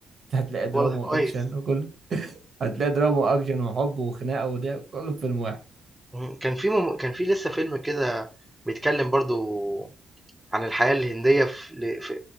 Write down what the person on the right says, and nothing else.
هتلاقي دراما
واكشن وكله هتلاقي دراما واكشن وحب وخناقه وده كله في فيلم واحد